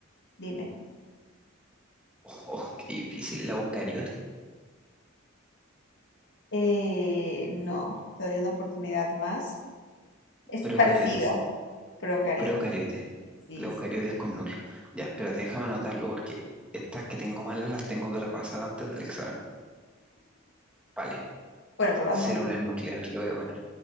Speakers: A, on the left; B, in the centre.
A: Dime.
B: Oh, <laughs> qué difícil. ¿La eucariote?
A: Eh, no, te doy una oportunidad más. Es
B: ¿Procariote?
A: parecido. Procariota.
B: Procariotes.
A: Sí,
B: Los eucariotes
A: sí.
B: con núcleo. Ya, espérate, déjame anotarlo porque estas que tengo malas las tengo que repasar antes del examen. Vale.
A: Bueno, pero vas
B: Células
A: muy bien.
B: nucleares lo voy a poner.